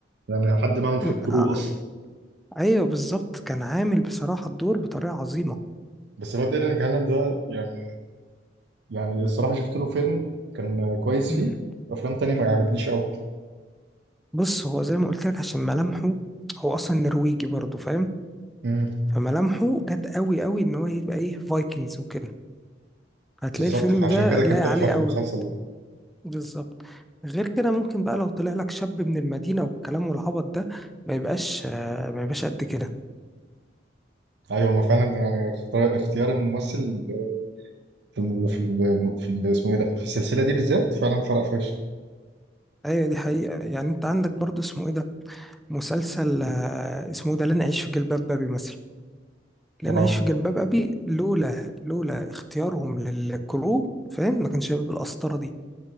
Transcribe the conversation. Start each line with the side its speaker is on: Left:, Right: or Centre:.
Right: يعني حد معاهم
Centre: م-
Right: في الكرو
Centre: آه،
Right: اصلا
Centre: ايوه بالظبط كان عامل بصراحة الدور بطريقة عظيمة
Right: بس الواد ايرلينج هالاند ده يعني يعني الصراحه شفت له فيلم كان كويس
Centre: مم.
Right: فيه افلام تانية ما عجبنيش قوي
Centre: بص هو زي ما قلت لك عشان ملامحه هو اصلا نرويجي برضه فاهم
Right: امم
Centre: فملامحه جت قوي قوي ان هو يبقى ايه فايكنجز وكده هتلاقي
Right: بالظبط
Centre: الفيلم
Right: فعشان
Centre: ده
Right: كده
Centre: لايق
Right: كان تحفه
Centre: عليه
Right: في
Centre: قوي
Right: المسلسل ده
Centre: بالظبط غير كده ممكن بقى لو طلع لك شاب من المدينة والكلام والعبط ده ما يبقاش آه، ما يبقاش قد كده
Right: ايوه ما فعلا يعني اختيار اختيار الممثل في الم... في الم... في ال- اسمه ايه ده في السلسله دي بالذات فعلا فرق فشخ
Centre: ايوه دي حقيقة يعني انت عندك برضو اسمه ايه ده مسلسل آه، اسمه إيه ده لن اعيش في جلباب ابي مثلا
Right: اه
Centre: لن اعيش في جلباب ابي لولا لولا اختيارهم للكرو فاهم ما كانش هيبقى بالقسطرة دي